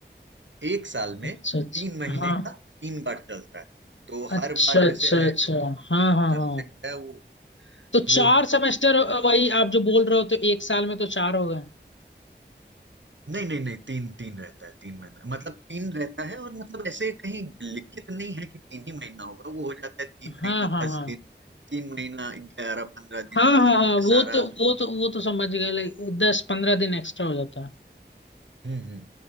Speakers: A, on the right; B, on the left.
A: एक साल में
B: अच्छा अच्छा
A: तीन महीने
B: हाँ
A: का तीन बार चलता है तो
B: अच्छा
A: हर बार
B: अच्छा
A: जैसे है
B: अच्छा
A: जो
B: हाँ हाँ
A: सब्जेक्ट
B: हाँ
A: है वो
B: तो
A: वो
B: चार सेमेस्टर वही आप जो बोल रहे हो तो एक साल में तो चार हो गए
A: नहीं नहीं नहीं तीन तीन रहता है तीन महीना मतलब तीन रहता है और मतलब ऐसे कहीं लिखित नहीं है कि तीन ही महीना होगा वो हो जाता है तीन
B: हाँ
A: महीना
B: हाँ
A: दस
B: हाँ
A: दिन तीन महीना ग्यारह पंद्रह दिन
B: हाँ
A: मतलब
B: हाँ हाँ
A: ये
B: वो
A: सारा
B: तो वो तो वो तो समझ गए लाइक दस पंद्रह दिन एक्स्ट्रा हो जाता है
A: हम्म हम्म